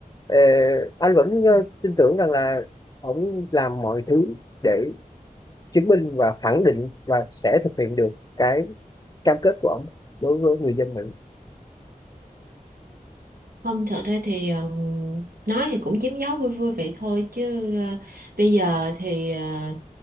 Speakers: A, on the left (about 25°); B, on the right (about 80°).
A: ờ, anh vẫn ờ,
B: <laughs>
A: tin tưởng rằng là ông làm mọi thứ để chứng minh và khẳng định và sẽ thực hiện được cái cam kết của ông đối với người dân Mỹ
B: Không, thật ra thì ờ, nói thì cũng chém gió vui vui vậy thôi chứ ờ, bây giờ thì ờ,